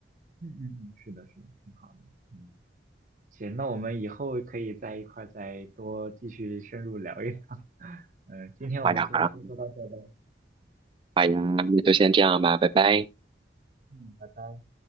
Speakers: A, on the right; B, on the right.
A: 嗯嗯嗯，是的，是的，挺好的。嗯，行，那我们以后可以在一块儿再多继续深入聊一聊。<laughs> 嗯，今天我们就先说到这儿吧。
B: 好呀，好呀，好呀，那就先这样吧，
A: 嗯
B: 拜拜。
A: 嗯，拜拜。